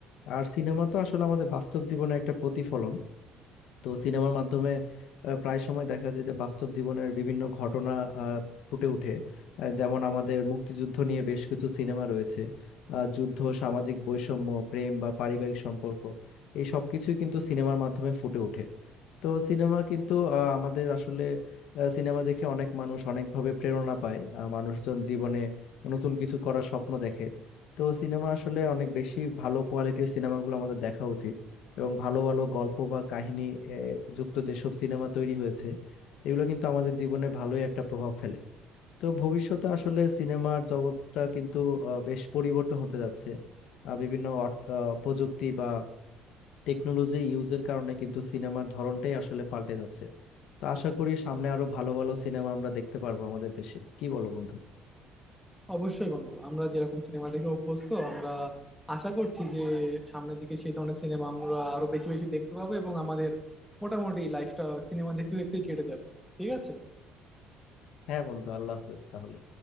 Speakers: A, on the left; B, in the centre.
A: আর সিনেমা তো আসলে আমাদের বাস্তব জীবনের একটা প্রতিফলন তো সিনেমার মাধ্যমে আহ, প্রায় সময় দেখা যায় যে বাস্তব জীবনের বিভিন্ন ঘটনা আহ, ফুটে ওঠে আহ, যেমন আমাদের মুক্তিযুদ্ধ নিয়ে বেশ কিছু সিনেমা রয়েছে আহ, যুদ্ধ সামাজিক বৈষম্য প্রেম বা পারিবারিক সম্পর্ক এই সব কিছুই কিন্তু সিনেমার মাধ্যমে ফুটে ওঠে তো সিনেমা কিন্তু আহ, আমাদের আসলে আহ, সিনেমা দেখে অনেক মানুষ অনেকভাবে প্রেরণা পায় আহ, মানুষজন জীবনে নতুন কিছু করার স্বপ্ন দেখে তো সিনেমা আসলে অনেক বেশি ভালো কোয়ালিটির সিনেমাগুলো আমাদের দেখা উচিত এবং ভালো ভালো গল্প বা কাহিনী আহ, যুক্ত যেসব সিনেমা তৈরি হয়েছে এগুলো কিন্তু আমাদের জীবনে ভালোই একটা প্রভাব ফেলে তো ভবিষ্যতে আসলে সিনেমার জগৎটা কিন্তু আহ, বেশ পরিবর্তন হতে যাচ্ছে আহ, বিভিন্ন অর্থ- আহ, প্রযুক্তি বা টেকনোলজি ইউজের কারণে কিন্তু সিনেমার ধরনটাই আসলে পাল্টে যাচ্ছে তো আশা করি সামনে আরো ভালো ভালো সিনেমা আমরা দেখতে পারবো আমাদের দেশে কি বলো বন্ধু
B: অবশ্যই বন্ধু আমরা যেরকম সিনেমা দেখে অভ্যস্ত আমরা আশা করছি যে সামনের দিকে সেই ধরনের সিনেমা আমরা আরো বেশি বেশি দেখতে পাবো এবং আমাদের মোটামুটি লাইফটা সিনেমা দেখতে দেখতেই কেটে যাবে ঠিক আছে
A: হ্যাঁ বন্ধু আল্লাহ হাফেজ তাহলে